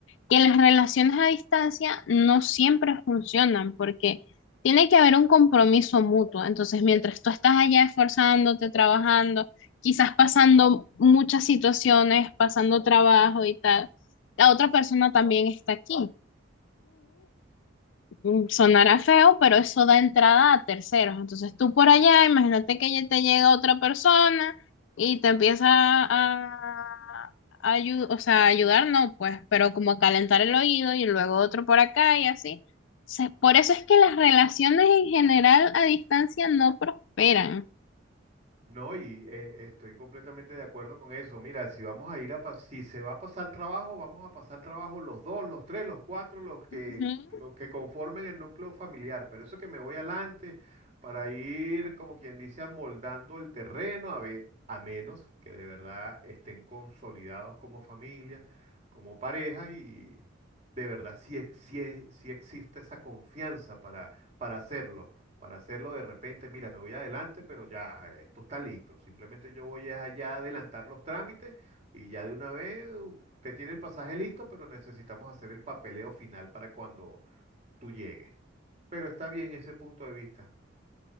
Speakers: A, on the left (about 65°); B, on the right (about 35°).
A: que las relaciones a distancia no siempre funcionan porque tiene que haber un compromiso mutuo. Entonces, mientras tú estás allá esforzándote, trabajando, quizás pasando muchas situaciones, pasando trabajo y tal, la otra persona también está aquí. Mm, Sonará feo, pero eso da entrada a terceros. Entonces tú por allá, imagínate que ya te llega otra persona y te empieza a, a ayu- o sea, a ayudar, no, pues, pero como a calentar el oído y luego otro por acá y así. Se- por eso es que las relaciones en general a distancia no prosperan.
B: No, y eh, estoy completamente de acuerdo con eso. Mira, si vamos a ir a pas- si se va a pasar trabajo, vamos a pasar trabajo los dos, los tres, los cuatro, los que,
A: Ujú.
B: los que conformen el núcleo familiar. Pero eso que me voy adelante para ir, como quien dice, amoldando el terreno, a ve- a menos que de verdad estén consolidados como familia, como pareja, y de verdad sí, ex- sí, sí existe esa confianza para, para hacerlo para hacerlo de repente, mira, me voy adelante, pero ya, esto está listo. Simplemente yo voy es allá a adelantar los trámites y ya de una vez u- usted tiene el pasaje listo, pero necesitamos hacer el papeleo final para cuando tú llegues. Pero está bien ese punto de vista.